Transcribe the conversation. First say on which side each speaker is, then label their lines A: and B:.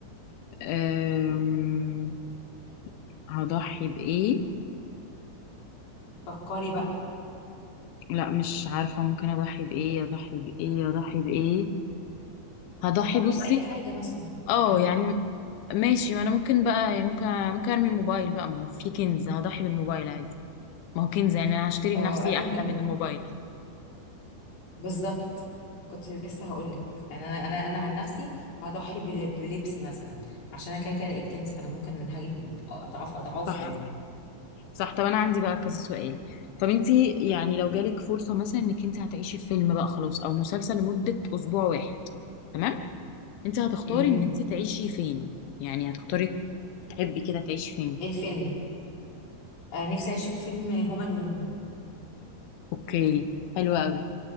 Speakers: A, on the left; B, on the left.
A: آه هضحي بإيه
B: فكري بقى
A: لا مش عارفة ممكن أضحي بإيه أضحي بإيه أضحي بإيه هضحي
B: هتضحي
A: بصي
B: باي حاجه مثلا
A: اه
B: عندك
A: يعني ماشي ما أنا ممكن بقى يعني ممكن ممكن أرمي الموبايل بقى ما هو في كنز هضحي بالموبايل عادي ما هو كنز يعني أنا هشتري
B: آه،
A: لنفسي
B: انا ممكن
A: أحلى من الموبايل
B: بالظبط كنت لسه هقول لك يعني انا انا انا عن نفسي هضحي بل- بلبسي مثلا عشان انا كده كده لقيت كنز فانا ممكن هجيب اضعاف اضعافه
A: صح
B: يعني
A: صح طب أنا عندي بقى كذا سؤال طب انتي يعني لو جالك فرصة مثلا انك انت هتعيشي في فيلم بقى خلاص او مسلسل لمدة اسبوع واحد تمام انت هتختاري
B: امم
A: ان انت تعيشي فين يعني هتختاري تحبي كده تعيشي فين
B: ايه الفيلم آه نفسي اعيش في فيلم هوم الون
A: اوكي حلو قوي